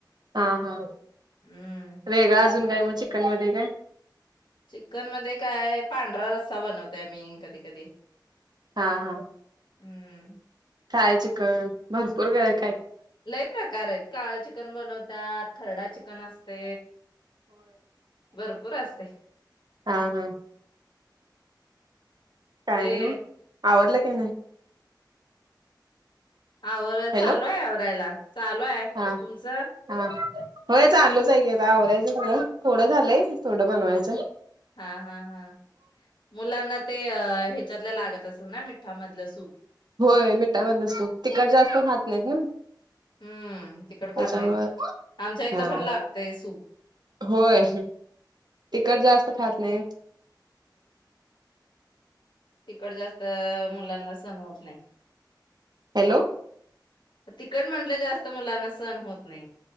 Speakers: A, on the right; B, on the left.
A: हां हां
B: हम्म
A: वेगळा अजून काय मग? चिकन मध्ये काय?
B: चिकन मध्ये काय, पांढरा रस्सा बनवतय मी कधी कधी.
A: हां हां.
B: हूं.
A: <unintelligible> चिकन भरपूर <unintelligible>
B: लय प्रकार आहेत, काळ चिकन बनवतात खरडा चिकन असते भरपू पूर असतय.
A: हां हां. काय
B: ए
A: नेऊ? आवडलं की नाही?
B: आवर-
A: हॅलो
B: चालू आहे आवरायला. चालू आहे.
A: हा
B: तुमचं?
A: हा होय चालूच हाय की आवरायचं सगळं. थोडं झालंय थोडं बनवायचं.
B: हां हां हां मुलांना ते अ ह्याच्यात तल लागत असेल ना? मिठामधलं सूप.
A: होय. मिठामधलं सूप, तिखट जास्त खात नाहीत ना.
B: हम्म तिकड खात
A: त्याच्यामुळ
B: नाही
A: <inaudible>
B: आमच्या इथं
A: हां
B: पण लागतंय सूप
A: होय तिकट जास्त खात नाहीत.
B: तिखट जास्त मुलांना सहन होत नाही.
A: हॅलो
B: तिखट म्हंटलं जास्त मुलांना सहन होत नाही.